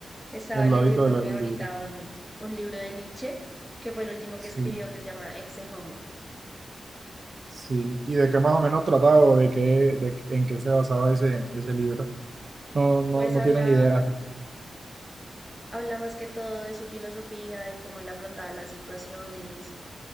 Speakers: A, in the centre; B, on the right (about 35°).
A: Estaba
B: el
A: leyéndome
B: hábito de leer un
A: ahorita
B: libro?
A: un, un libro de Nietzsche, que fue el último
B: Sí,
A: que escribió, que se llama Exe Homo.
B: sí. ¿Y de qué más o menos trataba o de qué, de, en qué se basaba ese, ese libro? No, no,
A: Pues
B: no
A: habla
B: tienes idea.
A: Habla más que todo de su filosofía, de cómo él afrontaba las situaciones.